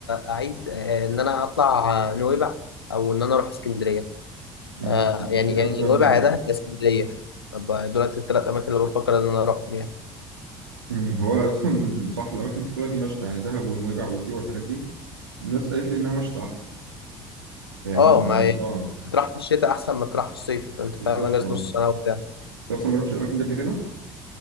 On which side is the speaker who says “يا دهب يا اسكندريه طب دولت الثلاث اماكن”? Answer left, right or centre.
Left